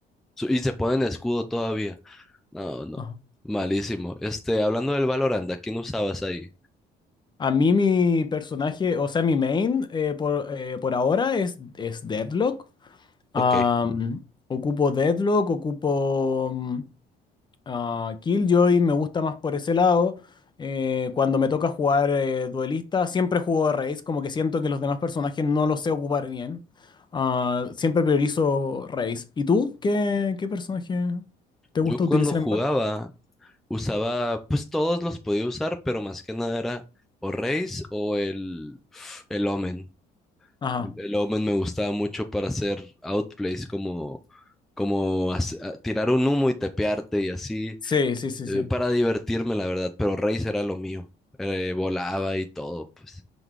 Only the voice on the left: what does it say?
ajá.
a mí mi personaje, o sea, mi main eh, por, eh, por ahora es, es Deadlock.
Am, ocupo Deadlock, ocupo mm, ah, Killjoy, me gusta más por ese lado. Eh, cuando me toca jugar eh, duelista, siempre juego Raze, como que siento que los demás personajes no los sé ocupar bien. Ah, siempre priorizo Raze. ¿Y tú? ¿Qué, qué personaje te gusta
utilizar
en Valorant?
Ajá.
Sí, sí, sí,
sí.